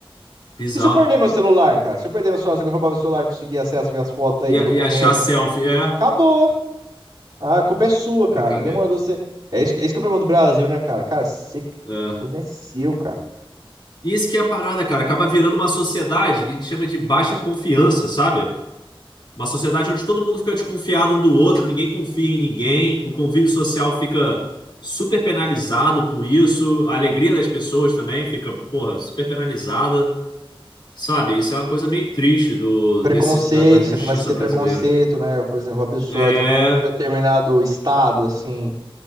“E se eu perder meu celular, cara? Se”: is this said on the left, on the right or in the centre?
Right